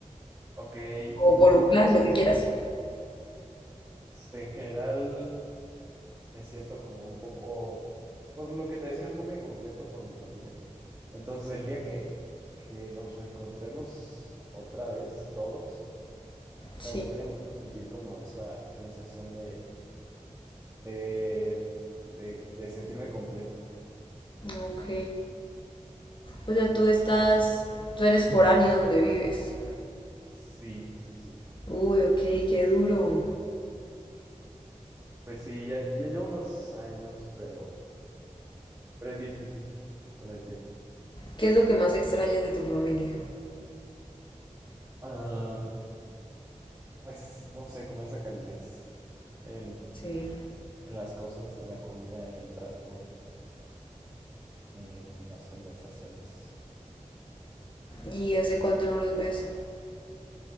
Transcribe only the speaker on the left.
o
por un
plan, lo que quieras.
Sí,
ok. O sea, tú estás, tú eres foráneo donde vives.
Uy, ok, qué duro.
¿Qué es lo que más extrañas de tu familia?
Sí.
¿Y hace cuánto no los ves?